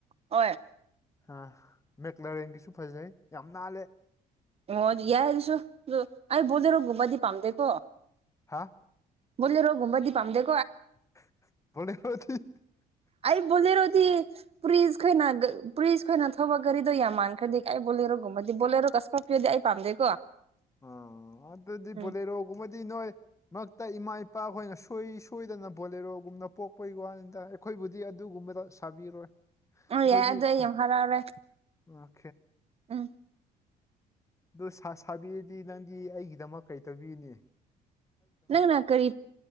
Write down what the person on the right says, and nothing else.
ꯑꯣꯏ
ꯑꯣ ꯑꯗꯨ ꯌꯥꯏ ꯑꯗꯨꯁꯨ ꯑꯩ ꯕꯣꯖꯦꯔꯣꯒꯨꯝꯕꯗꯤ ꯄꯥꯝꯗꯦꯀꯣ
ꯕꯣꯂꯦꯔꯣ ꯒꯨꯝꯝꯕꯗꯤ ꯄꯥꯝꯗꯦ
ꯑꯩ ꯕꯣꯂꯦꯔꯣꯗꯤ ꯄꯨꯔꯤꯁ ꯈꯣꯏꯅ ꯄꯨꯔꯤꯁ ꯈꯣꯏꯅ ꯊꯧꯕ ꯒꯔꯤꯗꯣ ꯌꯥꯝ ꯃꯥꯟꯈ꯭ꯔꯦ ꯀꯥꯏ ꯕꯣꯂꯦ ꯈꯔ ꯒꯨꯕꯗꯤ ꯕꯣꯂꯦꯔꯣ ꯀꯁꯀ ꯄꯤꯔꯗꯤ ꯑꯩ ꯄꯥꯝꯗꯦꯀꯣ
ꯎꯝ
ꯑꯣ
ꯌꯥꯏ ꯑꯗꯣ ꯑꯩ
ꯌꯥꯝ ꯍꯔꯥꯎꯔꯦ
ꯎꯝ
ꯅꯪꯅ ꯀꯔꯤ